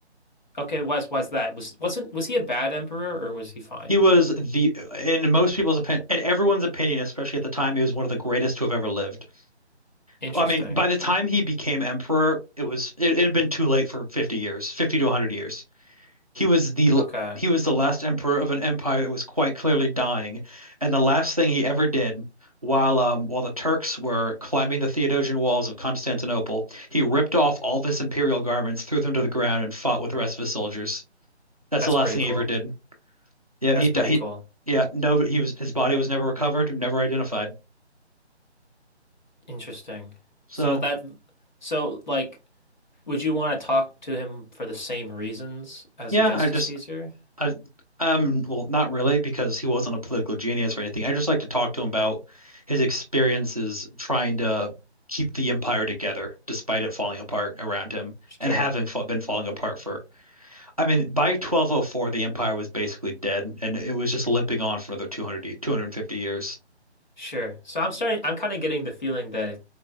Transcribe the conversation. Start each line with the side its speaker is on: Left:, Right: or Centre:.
Left: okay. Why's why's that? Was wasn't was he a bad emperor or was he fine?
Right: He was the, in most people's opinion, in everyone's opinion, especially at the time, he was one of the greatest to have ever lived.
Left: Interesting.
Right: I mean, by the time he became emperor, it was it, it had been too late for 50 years, 50 to 100 years. He was the
Left: Okay,
Right: he was the last emperor of an empire that was quite clearly dying, and the last thing he ever did while um while the Turks were climbing the Theodosian walls of Constantinople, he ripped off all of his imperial garments, threw them to the ground, and fought with the rest of his soldiers. That's
Left: that's
Right: the last
Left: pretty
Right: thing
Left: cool.
Right: he ever did. Yeah,
Left: That's
Right: he di-
Left: pretty
Right: he
Left: cool.
Right: yeah, no he was his body was never recovered, never identified.
Left: Interesting.
Right: So,
Left: So that so like, would you want to talk to him for the same reasons as
Right: yeah,
Left: Augustus
Right: I just
Left: Caesar?
Right: I, um, well, not really, because he wasn't a political genius or anything. I just like to talk to him about his experiences trying to keep the empire together despite it falling apart around him
Left: Sure,
Right: and having fa been falling apart for, I mean, by 1204, the empire was basically dead and it was just limping on for another 200, ye- 250 years.
Left: sure. So I'm starting, I'm kind of getting the feeling that